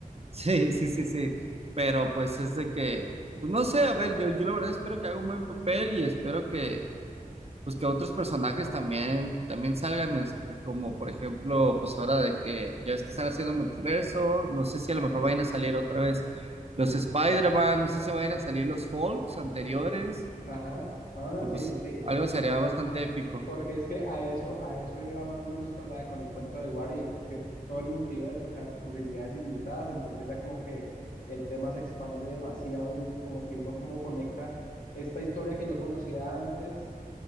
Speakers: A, on the right; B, on the left.
A: Sí, sí, sí, sí. Pero pues es de que, pues no sé, a ver, yo, yo la verdad espero que haga un buen papel y espero que, pues que otros personajes también, también salgan, es- como por ejemplo, pues ahora de que ya es que están haciendo multiverso, no sé si a lo mejor
B: Sí.
A: vayan a salir otra vez los Spider-Man, no sé si vayan a salir los Hulks anteriores,
B: Ajá. Ah,
A: que pues
B: sí, sí.
A: algo sería bastante épico.
B: Porque es que a eso, a eso iba más o menos con la, con el cuento de What If, que todo el multiverso, o sea, las posibilidades ilimitadas, entonces ya como que el tema se expande demasiado y como que uno como conecta esta historia que yo conocía antes